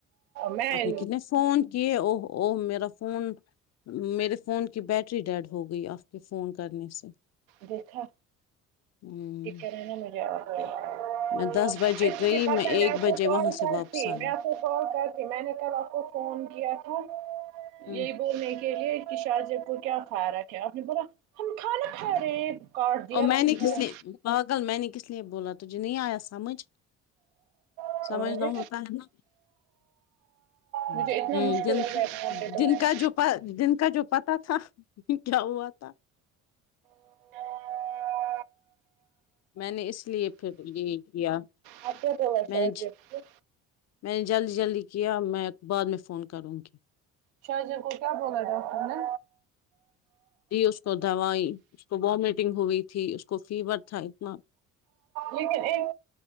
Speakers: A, on the right; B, on the left.
A: میں
B: آپ نے کتنے فون کیے اوہ اوہ میں فون میرے فون کی بیٹری ڈیڈ ہو گئی آپ کے فون کرنے سے
A: دیکھا
B: ہوں
A: دکر رہ ہے نا مجھے اور
B: میں
A: <inaudible>
B: دس بجے گئی
A: پتا
B: ایک
A: میں آپ
B: بجے
A: کو کال
B: وہاں
A: کرتی
B: سے واپس آئی
A: میں اپ کو کال کر تی میں نے کل آپ کو فون کیا تھا
B: ہ
A: یہی بولنے کے لیے کہ شازیہ کو کیا فرق ہے آپ نے بولا ہم کھانا کھا رہے کاٹ دیا
B: اور میں نے
A: فون،
B: کس نے پاگل میں نے کس لیے بولا تجھے نہیں ایا سمجھ
A: اور
B: سمجھ
A: مجھے
B: نہ ہوتا ہے نہ ہمم
A: مجھے اتنا مشکل
B: جن
A: ہو گیا وہاں پہ تو
B: دن
A: میں
B: کا جو دن کا جو پتاہ تھا یہ کیا ہوا تھا
A: <inaudible>
B: میں نے اس لیے پھر یہ کیا
A: آگے بولا
B: میں
A: شاہ
B: نے
A: جی کو
B: میں نے جلدی جلدی کیا میں بعد میں فون کروں گی
A: شازیہ کو کیا بولا ڈاکٹر نے
B: جی اس کو دوائی اس کو وامٹنگ ہوئی تھی اس کو فیور تھا اتنا
A: لیکن ایک